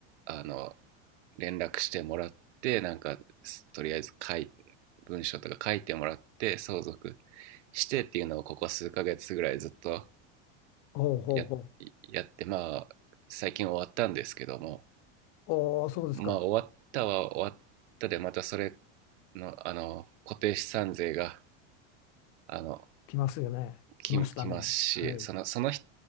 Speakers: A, on the right (about 85°); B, on the left (about 40°).
A: あの連絡してもらってなんかとりあえず書い文書とか書いてもらって相続してっていうのをここ数ヶ月ぐらいずっと
B: ほうほうほう。
A: ややってまあ最近終わったんですけども
B: おお、そうですか。
A: まあ終わったは終わったでまたそれのあの固定資産税があの
B: 来ますよね。
A: ききますしそのその人
B: 来ましたね。はい。